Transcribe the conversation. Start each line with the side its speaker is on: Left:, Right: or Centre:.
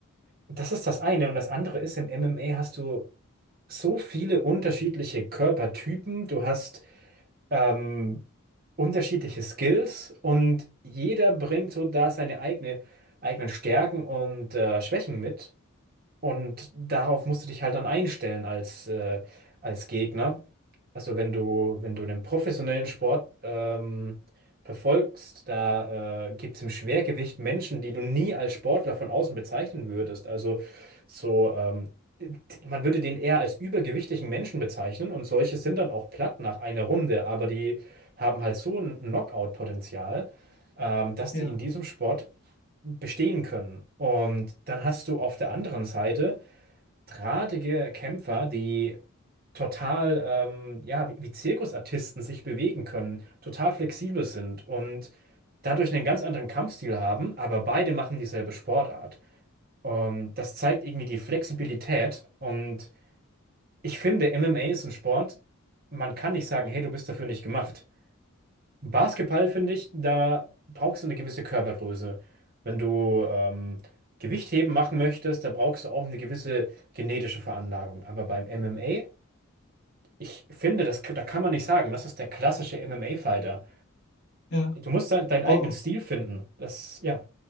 Right: das ist das eine. Und das andere ist, im MMA hast du so viele unterschiedliche Körpertypen. Du hast ähm, unterschiedliche Skills und jeder bringt so da seine eigene, eigenen Stärken und äh, Schwächen mit. Und darauf musst du dich halt dann einstellen als, äh, als Gegner. Also wenn du, wenn du einen professionellen Sport ähm, verfolgst, da äh, gibt es im Schwergewicht Menschen, die du nie als Sportler von außen bezeichnen würdest. Also so, ähm, man würde den eher als übergewichtigen Menschen bezeichnen und solche sind dann auch platt nach einer Runde, aber die haben halt so ein Knockout-Potenzial, ähm, dass
Left: Ja,
Right: die in diesem Sport bestehen können. Und dann hast du auf der anderen Seite drahtige Kämpfer, die total, ähm, ja, wie, wie Zirkusartisten sich bewegen können, total flexibel sind und dadurch einen ganz anderen Kampfstil haben, aber beide machen dieselbe Sportart. Und das zeigt irgendwie die Flexibilität und ich finde, MMA ist ein Sport, man kann nicht sagen, hey, du bist dafür nicht gemacht. Basketball, finde ich, da brauchst du eine gewisse Körpergröße. Wenn du ähm, Gewichtheben machen möchtest, da brauchst du auch eine gewisse genetische Veranlagung. Aber beim MMA ich finde, das, da kann man nicht sagen, das ist der klassische MMA-Fighter.
Left: ja.
Right: Du musst dein, deinen
Left: Oh,
Right: eigenen Stil finden. Das, ja.